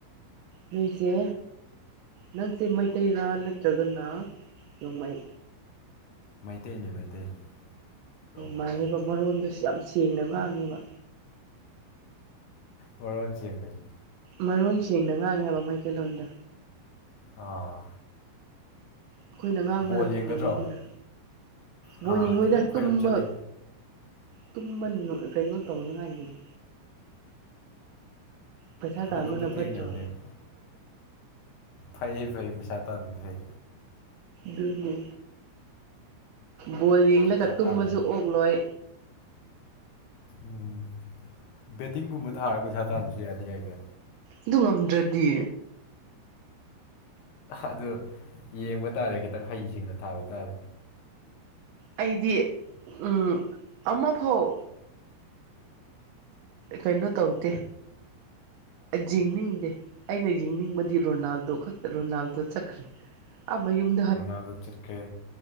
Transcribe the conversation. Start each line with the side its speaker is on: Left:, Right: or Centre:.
Right: ꯅꯣꯏꯁꯦ ꯅꯪꯁꯦ ꯃꯩꯇꯩꯔꯥ ꯅꯠꯇ꯭ꯔꯒꯅ ꯅꯣꯡꯃꯩ
Left: ꯃꯩꯇꯩꯅꯤ ꯃꯩꯇꯩꯅꯤ ꯔꯣꯡꯃꯩ
Right: ꯃꯥꯅꯦꯕ
Left: ꯅꯠꯇꯦ
Right: ꯃꯔꯣꯟꯗꯨꯁꯨ ꯌꯥꯝ ꯁꯦꯡꯅ ꯉꯥꯡꯉꯦꯕ
Left: ꯃꯔꯣꯟ ꯁꯦꯡꯕꯩꯅꯤ
Right: ꯃꯔꯣꯟ ꯁꯦꯡꯅ ꯉꯥꯡꯉꯦꯕ ꯃꯥꯏꯀꯩꯂꯣꯟꯣꯗ
Left: ꯑꯥ
Right: ꯑꯩꯈꯣꯏꯅ ꯉꯥꯡꯕꯅ
Left: ꯕꯣꯜ ꯌꯦꯡꯒꯗ꯭ꯔꯣ
Right: ꯈꯣꯏꯔꯗꯅ
Left: ꯑꯥ
Right: ꯕꯣꯔ ꯌꯦꯉꯣꯏꯗ
Left: ꯈꯤꯇꯪ ꯈꯣꯏꯔꯞ
Right: ꯇꯨꯝꯕ
Left: ꯆꯠꯂꯦ
Right: ꯇꯨꯝꯃ ꯀꯩꯅꯣ ꯇꯧꯅꯉꯥꯏꯒꯤꯅꯤ ꯄꯩꯁꯥ ꯇꯥꯟꯕꯅ
Left: ꯍꯧꯒꯠꯄ ꯊꯦꯡꯅꯕꯅꯦꯕ
Right: ꯐꯠꯇ꯭ꯔꯣ
Left: ꯐꯩꯌꯦ ꯐꯩꯌꯦ ꯃꯩꯁꯥ ꯇꯥ ꯐꯩ
Right: ꯗꯂꯂꯤ ꯕꯣꯜ ꯌꯦꯡꯂꯒ
Left: ꯄꯩꯁꯥ
Right: ꯇꯨꯝꯃꯁꯨ
Left: ꯇꯥꯟꯕ
Right: ꯑꯣꯛꯂꯣꯏ
Left: ꯎꯝ ꯕꯦꯇꯤꯡꯒꯨꯝꯕ ꯊꯥꯔꯒ ꯄꯩꯁꯥ ꯇꯥꯟꯕꯁꯨ ꯌꯥꯗꯦ ꯌꯥꯏꯒ
Right: ꯑꯗꯨ ꯉꯝꯗ꯭ꯔꯗꯤ
Left: ꯑꯗꯨ ꯌꯦꯡꯕ ꯇꯥꯔꯦ ꯈꯤꯇꯪ ꯍꯩꯁꯤꯡꯅ ꯊꯥꯕ ꯇꯥꯔꯦ
Right: ꯑꯩꯗꯤ ꯎꯝ ꯑꯃꯐꯥꯎ ꯀꯩꯅꯣ ꯇꯧꯗꯦ ꯌꯦꯡꯅꯤꯡꯗꯦ ꯑꯩꯅ ꯌꯦꯡꯅꯤꯡꯕꯗꯤ ꯔꯣꯅꯥꯜꯗꯣ ꯈꯛꯇ ꯔꯣꯅꯥꯜꯗꯣ ꯆꯠꯈ꯭ꯔꯦ ꯑꯃꯌꯨꯝ
Left: ꯔꯣꯅꯥꯜꯗꯣ ꯆꯠꯈ꯭ꯔꯦ